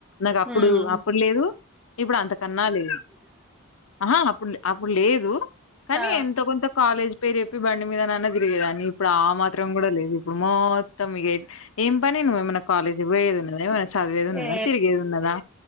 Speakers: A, on the left; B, in the centre.
A: నాకు అప్పుడు
B: ఉమ్
A: అప్పుడు లేదు ఇప్పుడు అంతకన్నా లేదు ఆహా అప్పుడు అప్పుడు లేదు కానీ
B: ఆ
A: ఎంత కొంత కాలేజ్ పేరేప్ప బండి మీద నాన్న జిరిగేాని ఇప్పుడు ఆ మాత్రం కూడా లేదు మొత్త ఏం పని నువ్వ ఏమైనా కాలే వేదు చదువేది ఉన్నదా
B: ఏ
A: తిరిగేదు ఉన్నదా